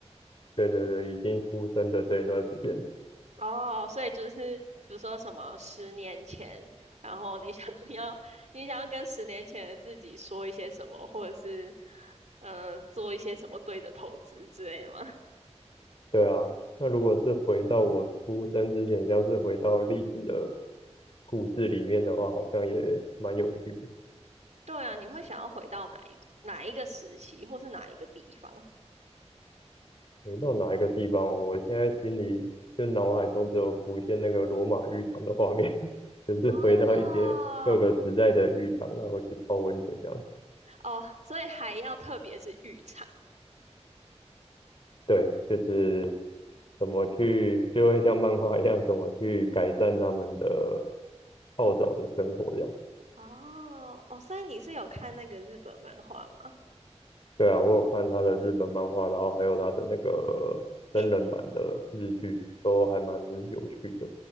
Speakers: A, on the left; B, on the right.
A: 对对对，已经出生的这一段时间，
B: 哦，所以就是比如说什么十年前，然后你想 <laughs> 要你想要跟十年前的自己说一些什么，或者是呃做一些什么对的投资之类的吗？<laughs>
A: 对啊。那如果是回到我出生之前，像是回到历史的故事里面的话，好像也蛮有趣的。
B: 对啊，你会想要回到哪一哪一个时期，或是哪一个地方？
A: 没到哪一个地方哦我现在心里就脑海中只有浮现那个罗马浴场的画面，<laughs> 就是回到一些各个时代的浴场，
B: 哦
A: 然后去泡温泉这样。
B: 哦，所以还要特别是浴场
A: 对，就是怎么去，就会像漫画一样，怎么去改善他们的泡澡的生活这样。
B: 哦哦，所以你是有看那个日本漫画吗？
A: 对啊，我有看他的日本漫画，然后还有他的那个真人版的日剧，
B: 电影？
A: 都还蛮有趣的。